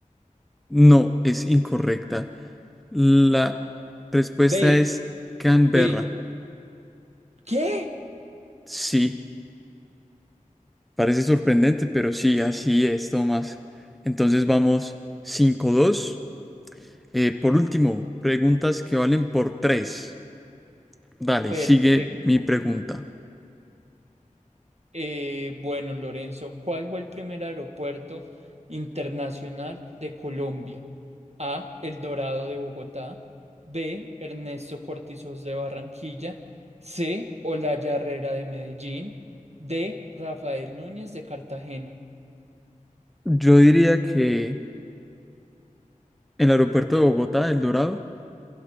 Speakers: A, in the centre; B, on the right.
A: No, es incorrecta. La respuesta
B: B.
A: es Canberra.
B: B. ¿Qué?
A: Sí, parece sorprendente, pero sí, así es, Tomás. Entonces vamos cinco dos. Eh, por último, preguntas que valen por 3. Dale,
B: Perfecto.
A: sigue mi pregunta.
B: Eh, bueno, Lorenzo, ¿cuál fue el primer aeropuerto internacional de Colombia? A. El Dorado de Bogotá. B. Ernesto Cortizos de Barranquilla. C. Olaya Herrera de Medellín. D. Rafael Núñez de Cartagena.
A: Yo diría que el aeropuerto de Bogotá, El Dorado.